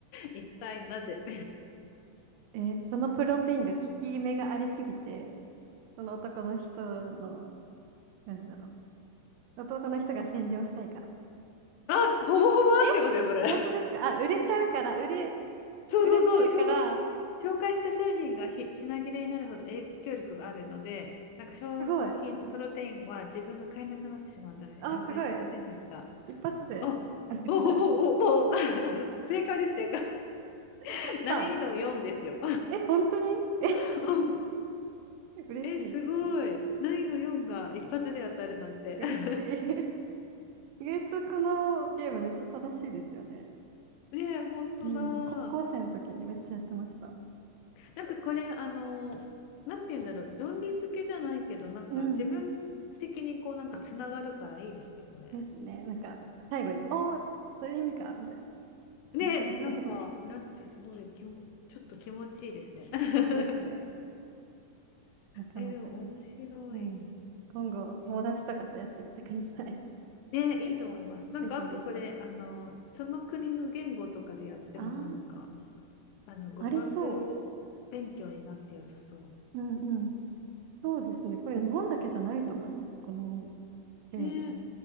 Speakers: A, on the left; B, on the right.
A: 一体なぜ
B: え、そのプロテインが効き目がありすぎて、その男の人の、なんだろう。男の人が占領したいから。
A: <laughs> あ、ほぼほぼ合ってますよ、
B: え
A: それ。<laughs>
B: 本当ですかあ、売れちゃうから、売れ、
A: そうそうそう、
B: 売れちゃうから、
A: 紹紹介した商品がひ品切れになるほど影響力があるので、なんか消耗品のプロテインは自分が買えなくなってしまうために紹介しませんでした。
B: すごい。あ、すごい。一発で。
A: お、
B: <laughs>
A: お、ほぼ、お、もう <laughs> 正解です、正解。
B: やった
A: 難易度4ですよ。
B: ー。え、本当にえ、
A: <laughs> うん
B: 嬉しい。
A: え、すごい。難易度4が一発で当たるなんて。
B: 嬉しい。
A: <laughs>
B: <laughs> 意外とこのゲームめっちゃ楽しいですよね。
A: ねえ、本当だ。
B: うん、高校生の時にめっちゃやってました。
A: なんかこれ、あの、なんて言うんだろう、論理付けじゃないけど、なんか自分的にこう、
B: うん。
A: なんかつながるからいいですね、これ。
B: ですね。なんか、最後に、おー、そういう意味か、みたいな。
A: ね、
B: <laughs>
A: なんか、なってすごい気も、ちょっと気持ちいいですね。<laughs>
B: ですね。なかなか。
A: え、でも面白い。
B: うん。今後、
A: えー
B: 友達とかとやってみてください。
A: ね、いいと思います。
B: <laughs>
A: なんか、
B: ぜひぜひ。
A: あとこれ、あの、その国の言語とかでやっても、
B: あー、
A: なんか、あの、語学勉強になって良さそう。
B: ありそう。うんうん。そうですね。これ日本だけじゃないと思います。このゲーム。
A: ねえ。